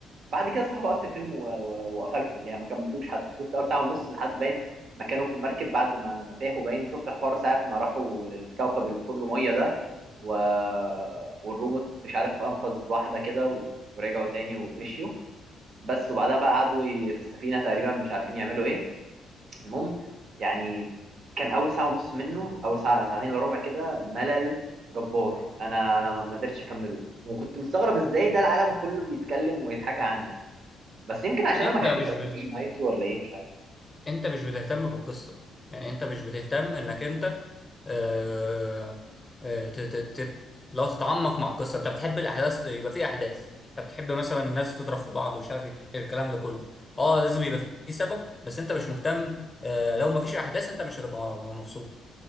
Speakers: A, on the right (about 60°); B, on the left (about 20°).
A: بعد كده صراحة وقفت الفيلم و- و- وقفلته يعني ما كملتوش حتى شفت اول ساعة ونص لحد باين ما كانوا في المركب بعد ما ما تاهوا باين وشفت الحوار ساعة ما راحوا للكوكب اللي كله مية ده و... والروبوت مش عارف انقذ واحدة كده و... ورجعوا تاني ومشيوا بس وبعدها بقى قعدوا ي- في السفينة تقريبا مش عارفين يعملوا ايه المهم يعني كان اول ساعة ونص منه اول ساعة ساعتين الا ربع كده ملل جبار انا انا ما ما قدرتش اكمله وكنت مستغرب ازاي ده العالم كله بيتكلم ويتحكى عنه بس يمكن عشان
B: انت
A: انا ما
B: مش
A: كملتش
B: ب...
A: نهايته ولا ايه مش عارف
B: انت مش بتهتم بالقصة يعني انت مش بتهتم انك انت آه آه ت... ت... ت... لو تتعمق مع القصة انت بتحب الاحداث ت- يبقى في احداث انت بتحب مثلا الناس تضرب في بعض ومش عارف ايه الكلام ده كله اه لازم يبقى في سبب بس انت مش مهتم آه لو مفيش احداث انت مش هتبقى مبسوط